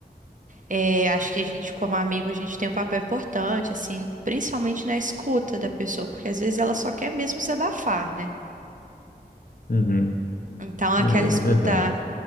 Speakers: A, on the right; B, on the left.
A: é, acho que a gente, como amigo, a gente tem um papel importante, assim, principalmente na escuta da pessoa, porque às vezes ela só quer mesmo desabafar, né?
B: uhum,
A: Então, aquela
B: é,
A: escuta,
B: é verdade.